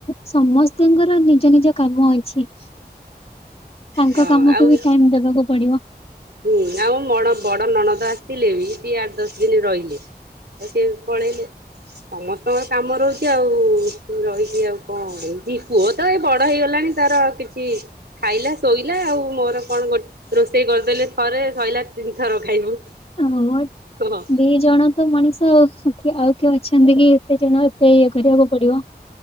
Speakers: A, on the left; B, on the right.
A: ସମସ୍ତଙ୍କର ନିଜ ନିଜ କାମ ଅଛି। ତାଙ୍କ
B: ହଁ
A: କାମକୁ
B: ଆଉ।
A: ବି ଟାଇମ ଦେବାକୁ ପଡିବ।
B: ହୁଁ ଆଉ ମଣ ବଡ ନଣନ୍ଦ ଆସିଥିଲେ ବି ସିଏ ଆଠ ଦଶ ଦିନ ରହିଲେ। ସିଏ ବି ପଳେଇଲେ। ସମସ୍ତଙ୍କର କାମ ରହୁଛି ଆଉ ରହିଛିି ଆଉ କଣ ଏ ପୁଅ ତ ଏଇ ବଡ ହେଇଗଲାଣି ତାର କିଛି ଖାଇଲା ଶୋଇଲା ଆଉ ମୋର କଣ ଗୋ ରୋଷେଇ କରିଦେଲେ ଥରେ ଶଇଲା ତିନିଥର ଖାଇବୁ।
A: ହଁ
B: ହଁ
A: ଦି ଜଣ ତ ମଣିଷ ଆଉ କିଏ ଅଛନ୍ତି କି ଏତେ ଜଣ ଏତେ ଇଏ କରିବାକୁ ପଡିବ।